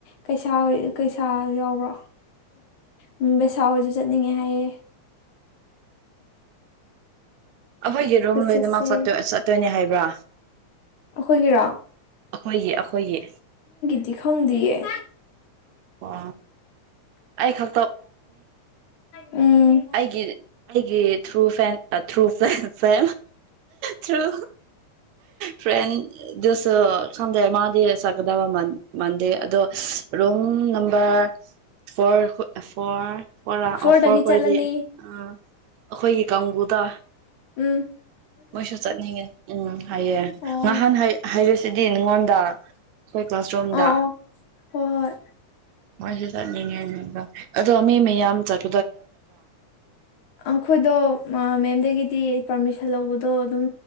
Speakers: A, on the left; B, on the right.
A: ꯀꯩꯁꯥ ꯀꯩꯁꯥ ꯌꯥꯎꯕ꯭ꯔꯥ ꯎꯝ ꯕꯦꯁꯥ ꯍꯣꯏꯁꯨ ꯆꯠꯅꯤꯡꯉꯦ ꯍꯥꯏꯌꯦꯦ
B: ꯑꯩꯈꯣꯏꯒꯤ ꯔꯨꯝ ꯂꯣꯏꯅꯃꯛ
A: ꯆꯠꯁꯦ
B: ꯆꯠꯇꯣꯏꯅꯦ ꯍꯥꯏꯕ꯭ꯔꯥ
A: ꯑꯩꯈꯣꯏꯒꯤꯔꯣ
B: ꯑꯩꯈꯣꯏꯒꯤ ꯑꯩꯈꯣꯏꯒꯤ
A: ꯇꯈꯪꯗꯌꯦ
B: ꯋꯥ ꯑꯩ ꯈ
A: ꯎꯝ
B: ꯑꯩꯒꯤ ꯑꯩꯒꯤ ꯊ꯭ꯔꯨ ꯐꯦꯟ ꯊ꯭ꯔꯨ ꯁ ꯐ ꯊ꯭ꯔꯨ ꯐ꯭ꯔꯦꯟꯦꯟ ꯁꯣ ꯈꯪꯗꯦ ꯃꯥꯗꯤ ꯆꯀꯗꯕ ꯃꯥꯟꯗꯦ ꯑꯗꯣ ꯔꯝ ꯑꯣꯔ ꯑꯣꯐꯔ
A: ꯐꯣꯔꯗꯒꯤ
B: ꯑꯣꯐꯔ ꯈꯗꯤ
A: ꯆꯠꯂꯅꯤ
B: ꯑ ꯑꯩꯈꯣꯏꯒꯤ ꯀꯥꯡꯕꯨꯗ
A: ꯎꯝ
B: ꯃꯣꯏꯁꯨ ꯆꯠꯅꯤꯡꯉꯦ ꯎꯝ ꯍꯥꯏꯌꯦꯦ
A: ꯑꯣ
B: ꯉꯍꯥꯟ ꯍꯥꯏꯔꯁꯤ ꯁꯤꯗꯤ ꯅꯉꯣꯟꯗ ꯑꯩꯈꯣꯏ ꯀ꯭ꯂꯥꯁꯔꯨꯝꯗ
A: ꯑꯣ ꯑꯣ ꯍꯣꯏ ꯍꯣꯏ
B: ꯃꯣꯏꯁꯨ ꯆꯠꯅꯤꯡꯉꯦ ꯑꯗꯣ ꯃꯤ ꯃꯌꯥꯝ ꯆꯠ
A: ꯑꯩꯈꯣꯏꯗ ꯃꯦꯝꯗꯒꯤ ꯁꯤ ꯄꯔꯃꯤꯁꯟ ꯂꯧꯕꯗꯣ ꯑꯗꯨꯝ